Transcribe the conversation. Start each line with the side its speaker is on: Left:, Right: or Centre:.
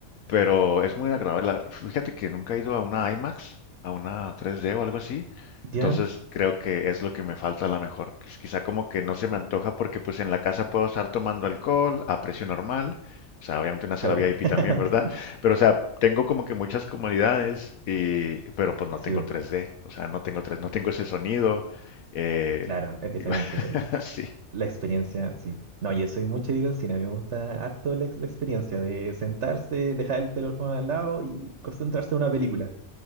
Left: Pero es muy agradable. La- Fíjate que nunca he ido a una IMAX, a una 3D o algo así.
Right: Ya,
Left: Entonces creo que es lo que me falta a lo mejor. Quiz- Quizá como que no se me antoja porque pues en la casa puedo estar tomando alcohol a precio normal. O sea, obviamente una
Right: claro.
Left: sala VIP
Right: <laughs>
Left: también, ¿verdad? Pero o sea, tengo como que muchas comodidades y pero pues no tengo
Right: Sí, bo,
Left: 3D. O sea, no tengo tres no tengo ese sonido. eh,
Right: claro, es diferente.
Left: y- <laughs>
Right: el-
Left: sí,
Right: La experiencia, sí. No, yo soy mucho de ir al cine. A mí me gusta harto la, ex- la experiencia de sentarse, dejar el teléfono al lado y concentrarse en una película.